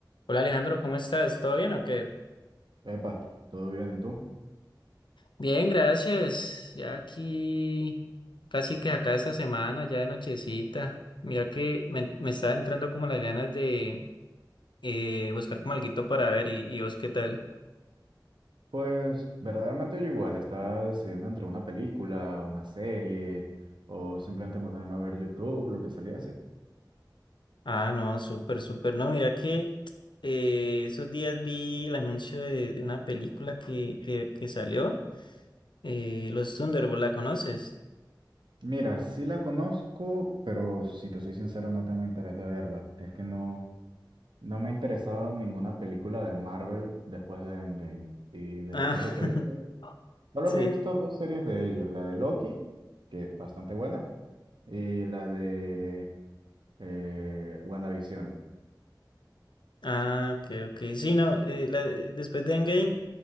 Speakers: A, on the left; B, on the right.
A: Hola Alejandro, ¿cómo estás? ¿Todo bien o qué?
B: Epa, ¿todo bien? ¿Y tú?
A: Bien, gracias. Ya aquí, casi que acá esta semana, ya de nochecita. Mira que me, me está entrando como las ganas de eh, buscar como alguito para ver y, y vos qué tal.
B: Pues verdaderamente yo igual estaba decidiendo entre una película, una serie o simplemente ponerme a ver YouTube, lo que saliese.
A: Ah, no, súper, súper. No, mira que eh, esos días vi el anuncio de, de una película que, que, que salió, eh, Los Thunderbolts, ¿la conoces?
B: Mira, sí la conozco, pero si te soy sincero no tengo interés de verla. Es que no, no me ha interesado ninguna película de Marvel después de Endgame. Y de
A: Ah,
B: ellos lo que
A: <laughs>
B: he visto, solo
A: Sí.
B: me he visto dos series de ellos, la de Loki, que bastante buena, y la de eh, WandaVision.
A: Ah, ok, ok. Sí, no, eh, la- eh, después de Endgame,